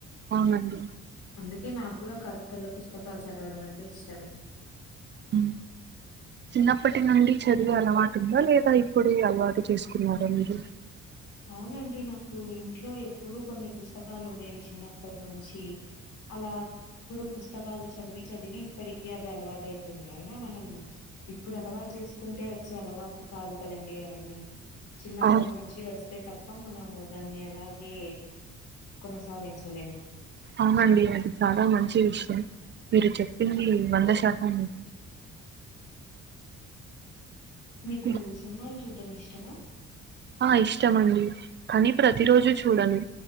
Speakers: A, on the right (about 40°); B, on the left (about 80°).
A: అవునండి
B: అందుకే నాకు కూడా కథల పుస్తకాలు చది చదవడం అంటే ఇష్టమే
A: హ చిన్నప్పటి నుండి చదివే అలవాటు ఉందా లేదా ఇప్పుడే అలవాటు చేసుకున్నార మీరు
B: అవునండి నాకు ఇంట్లో ఎప్పుడూ కొన్ని పుస్తకాలు ఉండేవి చిన్నప్పటి నుంచి అలా ఇప్పుడు పుస్తకాలు చదివి చదివి ఇప్పటికి అది అలవాటు అయిపోయింది అయినా మనం ఇప్పుడు అలవాటు చేసుకుంటే వచ్చే అలవాటు కాదండి అవన్నీ చిన్నప్పటి
A: అవు
B: నుంచి వస్ తప్ప మనము దాన్ని అలాగే కొనసాగించలేము
A: అవునండి అది చాలా మంచి విషయం మీరు చెప్పింది వంద శాతం మీద
B: మీకు
A: ఇంకే
B: సినిమాలు చూడ్డమ్ ఇష్టమా
A: ఆ ఇష్టమండి కానీ ప్రతిరోజు చూడను